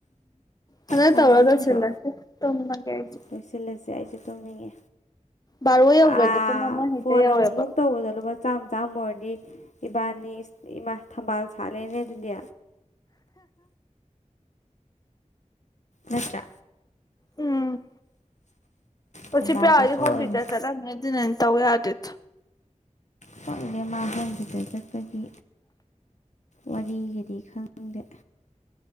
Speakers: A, on the left; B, on the left.
A: ꯍꯟꯗꯛ
B: ꯌꯝ
A: ꯇꯧꯔ
B: ꯅꯣꯛꯅꯤꯡꯗ꯭ꯔꯣ
A: ꯂꯣꯏꯁꯤꯜꯂꯁꯤ ꯇꯨꯝꯃꯒꯦ ꯑꯩꯁꯨ
B: ꯂꯣꯏꯁꯤꯜꯂꯁꯦ ꯑꯩ ꯇꯝꯅꯤꯡꯉꯦ
A: ꯕꯥꯔꯣ ꯌꯧꯒ꯭ꯔꯗꯤ
B: ꯑꯥ
A: ꯄꯨꯡ ꯑꯃ ꯍꯦꯛꯇ
B: ꯐꯣꯟ
A: ꯌꯧꯋꯦꯕ
B: ꯑꯃꯨꯛꯃꯨꯛ ꯇꯧꯕꯗ ꯂꯨꯄꯥ ꯆꯥꯝꯃ ꯆꯥꯝꯃ ꯑꯣꯏꯔꯗꯤ ꯏꯕꯥꯅꯤ ꯊꯝꯕꯥꯜ ꯊꯂꯦꯅꯦ ꯑꯗꯨꯗꯤ ꯅꯠꯇ꯭ꯔ
A: ꯎꯝ
B: ꯊꯝꯕꯥꯜꯗꯤ
A: ꯆꯦ ꯄꯤꯌꯥ ꯍꯣꯏꯗꯤ
B: ꯁꯣꯏꯅ
A: ꯍꯣꯝꯇꯨꯏꯇꯔ ꯆꯠꯂꯝꯅꯤ ꯑꯗꯨꯅꯥꯅꯤ ꯇꯧ ꯌꯥꯗ꯭ꯔꯦꯗꯣ
B: ꯐꯪꯃꯥ ꯍꯣꯝꯇꯨꯏꯇꯔ ꯆꯠꯄꯒꯤ ꯋꯥꯔꯤꯒꯗꯤ ꯈꯪ ꯍꯗꯦ